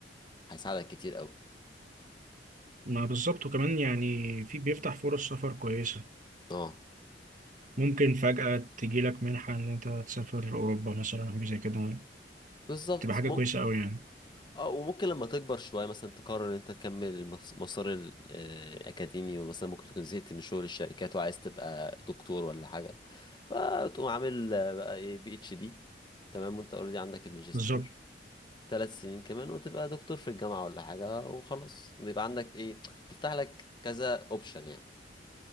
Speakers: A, on the left; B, on the right.
A: هيساعدك كتير قوي
B: ما بالظبط وكمان يعني في بيفتح فرص سفر كويسة
A: اه
B: ممكن فجأة تجيلك منحة إن أنت تسافر أوروبا مثلا أو زي كده
A: بالظبط
B: تبقى حاجة
A: مم-
B: كويسة أوي يعني
A: اه وممكن لما تكبر شوية مثلا تقرر ان انت تكمل المس- مسار ال- آه، الأكاديمي ومثلا ممكن تكون زهقت من شغل الشركات وعايز تبقى دكتور ولا حاجة فتقوم عامل آه، بقى ايه بي اتش دي تمام وانت اوريدي عندك الماجستير
B: بالظبط
A: ثلاث سنين كمان وتبقى دكتور في الجامعة ولا حاجة وخلاص بيبقى عندك ايه بتفتح لك كذا اوبشن يعني